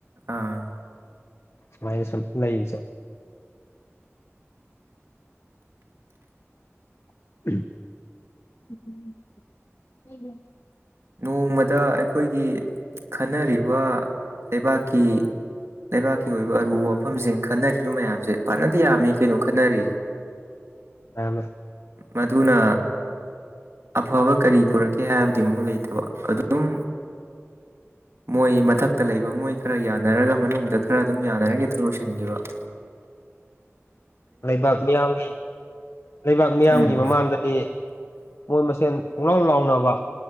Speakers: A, on the right; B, on the left.
A: ꯑꯥ
B: ꯁꯨꯃꯏꯅ ꯁꯨꯝ ꯂꯩꯕꯁꯦ <inaudible>
A: ꯅꯣꯡꯃꯗ ꯑꯩꯈꯣꯏꯒꯤ ꯈꯟꯅꯔꯤꯕ ꯂꯩꯕꯥꯛꯀꯤ ꯂꯩꯕꯥꯛꯀꯤ ꯑꯣꯏꯕ ꯑꯔꯨꯕ ꯋꯥꯐꯝꯁꯤꯡ ꯈꯟꯅꯔꯤꯕ ꯃꯌꯥꯝꯁꯦ ꯐꯅꯗꯤ ꯌꯥꯝꯃꯤ ꯀꯩꯅꯣ ꯈꯟꯅꯔꯤ <inaudible>
B: <unintelligible>
A: ꯃꯗꯨꯅ ꯑꯐꯕ ꯀꯔꯤ ꯄꯨꯔꯛꯀꯦ ꯍꯥꯏꯕꯗꯤ ꯑꯃꯨꯛ ꯂꯩꯇ ꯕ ꯑꯗꯨꯝ ꯃꯣꯏ ꯃꯊꯛꯇ ꯂꯩꯕ ꯃꯣꯏ ꯈꯔ ꯌꯥꯅꯔꯒ ꯃꯅꯨꯡꯗ ꯈꯔ ꯑꯗꯨꯝ ꯌꯥꯅꯔꯒ ꯍꯦꯛꯇ ꯂꯣꯏꯁꯟꯒꯤꯕ <inaudible>
B: ꯂꯩꯕꯥꯛ ꯃꯤꯌꯥꯝꯒꯤ ꯂꯩꯕꯥꯛ ꯃꯤꯌꯥꯝꯒꯤ
A: ꯎꯝ
B: ꯃꯃꯥꯡꯗꯗꯤ ꯃꯣꯏ ꯃꯁꯦꯟ ꯄꯨꯡꯂꯥꯎ ꯂꯥꯎꯅꯕ